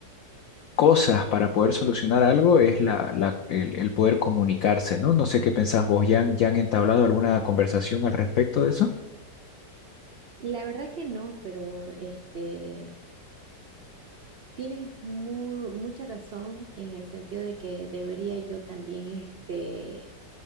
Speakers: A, on the left (about 70°); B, on the right (about 75°).
A: cosas para poder solucionar algo es la, la- el, el poder comunicarse, ¿no? No sé qué pensás vos, ¿ya han, ya han entablado alguna conversación al respecto de eso?
B: La verdad que no, pero este... Tienes mu- mucha razón en el sentido de que debería yo también, este,